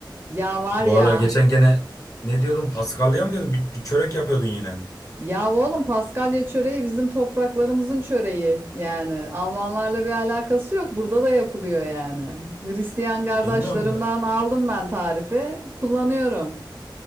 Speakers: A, on the right; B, on the left.
A: Ya var
B: Bu
A: ya.
B: aralar geçen gene ne diyordun Paskalya mı diyordun bir, bir çörek yapıyordun yine
A: Ya oğlum Paskalya çöreği bizim topraklarımızın çöreği. Yani Almanlarla bir alakası yok. Burada da yapılıyor yani. Hristiyan kardeşlerimden
B: bilmiyorum. bu-
A: aldım ben tarifi. Kullanıyorum.